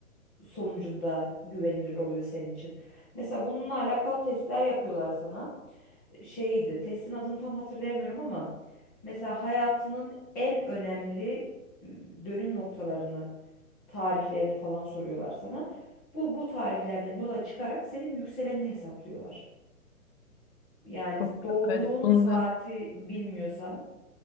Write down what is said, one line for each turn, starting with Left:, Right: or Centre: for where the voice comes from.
Centre: sonucunda güvenilir oluyor senin için. Mesela bununla alakalı testler yapıyorlar sana. Şeydi, testin adını tam hatırlayamıyorum ama mesela hayatının en önemli e, dönüm noktalarını, tarihlerini falan soruyorlar sana. Bu bu tarihlerden yola çıkarak senin yükselenini hesaplıyorlar. Yani
Left: Çok
Centre: doğduğun
Left: garip bunu
Centre: saati
Left: da
Centre: bilmiyorsan